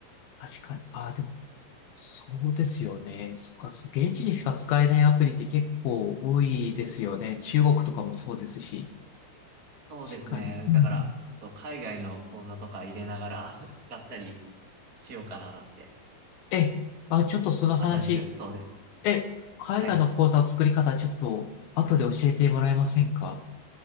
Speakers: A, on the left; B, on the right.
A: 確かに。あ、でも、そうですよね。そっか、そう、現地でしか使えないアプリって結構多いですよね。中国とかもそうですし。
B: そうですね。
A: 確かに。うんうん。
B: だから、ちょっと海外の講座とか入れながら <laughs> 使ったりしようかななって。
A: えあ、ちょっとその話
B: 新しく、そうです。
A: え、海外の講座の作り方、
B: はい。
A: ちょっと後で教えてもらえませんか